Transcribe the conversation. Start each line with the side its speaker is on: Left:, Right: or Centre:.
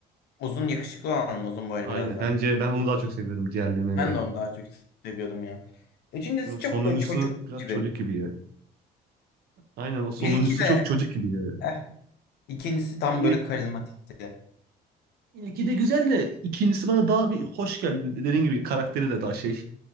Left: Uzun yakışıklı olan mı? Uzun boylu
Right: Aynen.
Left: biraz daha.
Right: Bence ben onu daha çok seviyorum diğerlerine göre.
Left: Ben de onu daha çok seviyordum ya. Üçüncüsü
Right: Onun sonuncusu
Left: çok böyle çocuk
Right: biraz
Left: gibi.
Right: çocuk gibi ya. Aynen o sonuncusu
Left: İlki de
Right: çok çocuk gibi ya.
Left: eh, ikincisi tam
Right: Ya ilk,
Left: böyle karizmatikti.
Right: ilki de güzel de ikincisi bana daha bir hoş geldi. Dediğim gibi karakteri de daha şey.